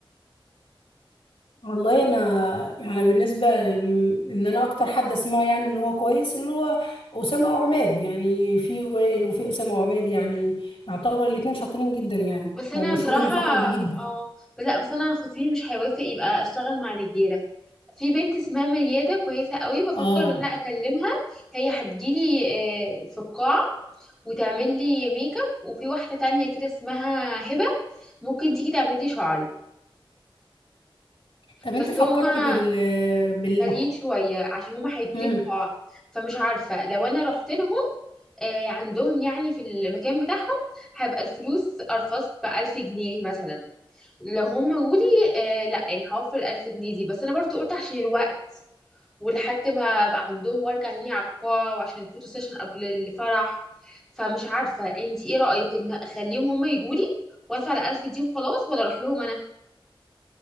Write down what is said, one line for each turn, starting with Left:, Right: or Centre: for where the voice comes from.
Left: والله انا يعني بالنسبه لل... ان انا اكتر حد اسمعه يعني ان هو كويس اللي هو اسامه وعماد يعني في وائل وفي اسامه وعماد يعني يعتبر الاتنين شاطرين جدا يعني
Centre: بس انا
Left: ومشهورين
Centre: بصراحه
Left: الفتره دي جدا
Centre: اه بس لا بس انا خطيبي مش هيوافق يبقى اشتغل مع رجاله في بنت اسمها ميادة كويسة قوي بفكر
Left: اه
Centre: ان انا اكلمها هي هتجيلي آه، في القاعة وتعمل لي ميك اب وفي واحدة تانية كده اسمها هبة ممكن تيجي تعمل لي شعري
Left: طب
Centre: بس
Left: انت فكرت
Centre: هما
Left: بال بال
Centre: غاليين شوية عشان هما هيجولي
Left: مم.
Centre: القاعة فمش عارفة لو انا رحت لهم آه، عندهم يعني في المكان بتاعهم هيبقى الفلوس ارخص بألف جنيه مثلا لو هم قولي آه لا يعني هوفر 1000 جنيه دي بس انا برضو قلت عشان الوقت ولحد ما ابقى عندهم وارجع تاني على القاعة وعشان الفوتو سيشن قبل الفرح فمش عارفة انتي ايه رأيك ان اخليهم هم يجولي وادفع ال1000 دي وخلاص ولا اروح لهم انا